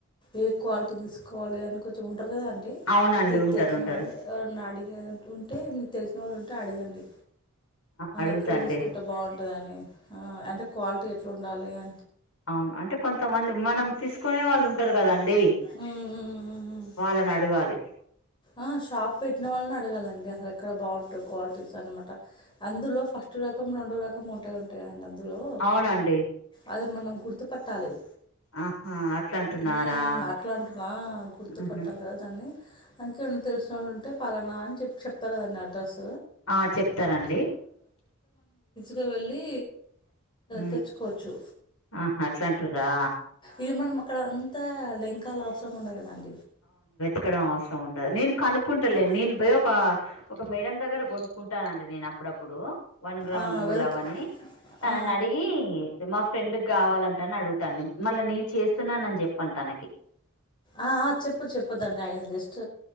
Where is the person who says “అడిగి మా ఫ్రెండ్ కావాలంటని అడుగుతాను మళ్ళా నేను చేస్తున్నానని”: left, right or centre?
Left